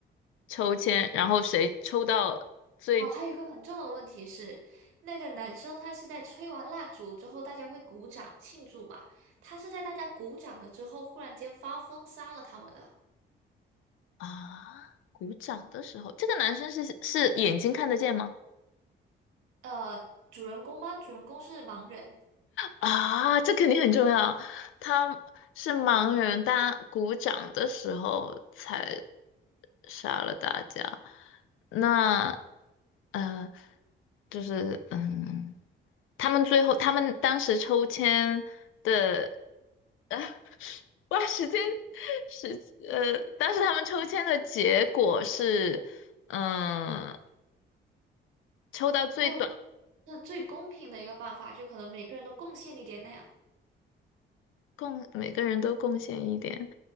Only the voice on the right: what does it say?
哦，还有一个很重要的问题是，那个男生他是在吹完蜡烛之后，大家会鼓掌庆祝嘛？他是在大家鼓掌了之后，忽然间发疯杀了他们的。
呃，主人公吗？主人公是盲人，
就那最公平的一个办法，就可能每个人都贡献一点那样，